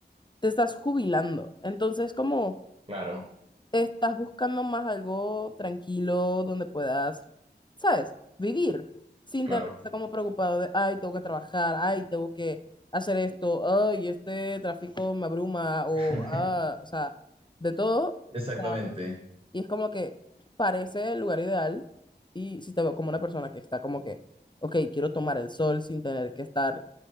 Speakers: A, on the left; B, on the right.
A: te estás jubilando, entonces como
B: Claro,
A: estás buscando más algo tranquilo donde puedas, ¿sabes? Vivir sin
B: claro.
A: tener que estar como preocupado de, ay, tengo que trabajar, ay, tengo que hacer esto, ay, este tráfico me abruma o,
B: <laughs>
A: ah, o sea, de todo.
B: Exactamente,
A: o sea, y es como que parece el lugar ideal y si te veo como una persona que está como que, ok, quiero tomar el sol sin tener que estar